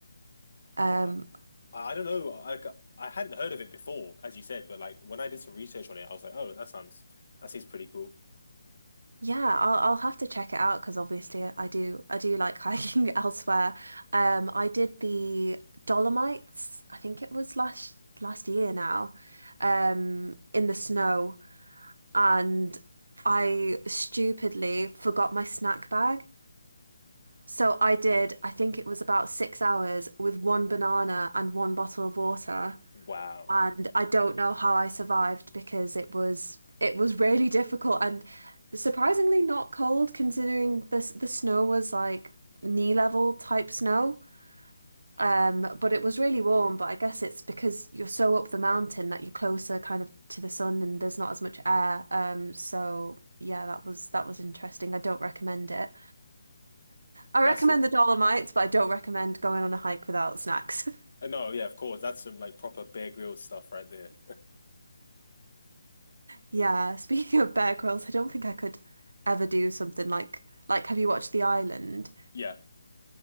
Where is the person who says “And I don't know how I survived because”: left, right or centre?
Right